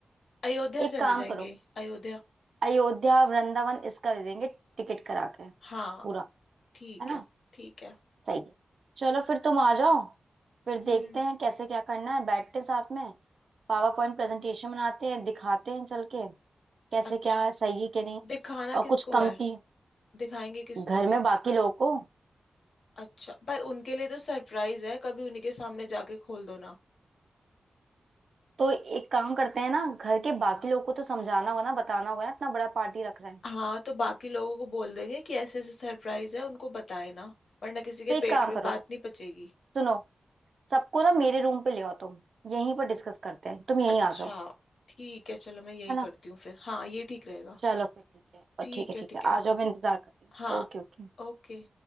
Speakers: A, on the left; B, on the right.
A: अयोध्या
B: एक
A: चले
B: काम
A: जाएंगे
B: करो
A: अयोध्या
B: अयोध्या वृंदावन इसका दे देंगे टिकट करा के पूरा
A: हाँ ठीक
B: है ना
A: है ठीक है
B: सही है चलो फिर तुम आ जाओ फिर देखते
A: हम्म
B: हैं कैसे क्या करना है बैठते हैं साथ में पावर पॉइंट प्रेजेंटेशन बनाते हैं दिखाते हैं चल के कैसे
A: अच्छा
B: क्या है सही है कि नहीं
A: दिखाना
B: और
A: किसको
B: कुछ कमती
A: है दिखाएंगे किसको
B: घर में बाकी लोगों को
A: अच्छा पर उनके लिए तो सरप्राइज है कभी उन्हीं के सामने जाके खोल दो ना
B: तो एक काम करते हैं ना घर के बाकी लोगों को तो समझाना होगा ना बताना होगा ना इतना बड़ा पार्टी रख रहे हैं
A: हाँ तो बाकी लोगों को बोल देंगे कि ऐसे ऐसे सरप्राइज है उनको बताए ना वरना किसी के
B: तो एक
A: पेट
B: काम
A: में
B: करो
A: बात नहीं पचेगी
B: सुनो सबको ना मेरे रूम पे ले आओ तुम यहीं पर डिस्कस करते हैं तुम यहीं
A: अच्छा
B: आ जाओ
A: ठीक है चलो मैं यही
B: है ना
A: करती हूँ फिर हाँ ये ठीक रहेगा
B: चलो फिर ठीक है और
A: ठीक
B: ठीक है
A: है
B: ठीक
A: ठीक
B: है
A: है
B: आ जाओ मैं इंतजार कर रही हूँ
A: हाँ
B: Okay okay
A: ओके